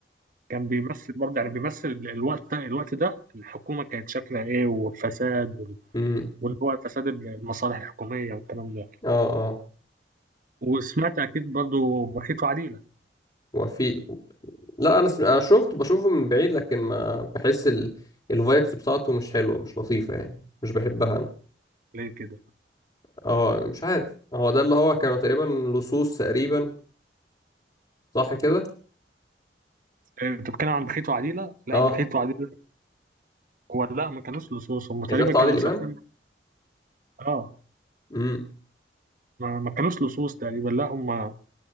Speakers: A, on the right; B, on the left.
A: كان بيمثل برضه يعني بيمثل الوقت ده الوقت ده الحكومه كانت شكلها ايه والفساد
B: امم
A: واللي هو فساد المصالح الحكومية والكلام ده
B: اه اه
A: وسمعت أكيد برضو بخيت وعديلة
B: وفي لا انا سم... انا شفت بشوفه من بعيد لكن ما بحس ال... الفايبس بتاعته مش حلوه مش لطيفه يعني مش بحبها انا
A: ليه كده
B: اه مش عارف هو ده اللي هو كانوا تقريبا لصوص تقريبا صح كده
A: آه، أنت بتتكلم عن بخيت وعديلة لا
B: اه
A: بخيت وعديلة هو لا ما كانوش لصوص هم تقريبا
B: مش ده بتاع
A: كانوا
B: عادل
A: مسافرين
B: امام
A: اه
B: امم
A: ما, ما كانوش لصوص تقريبا لا هم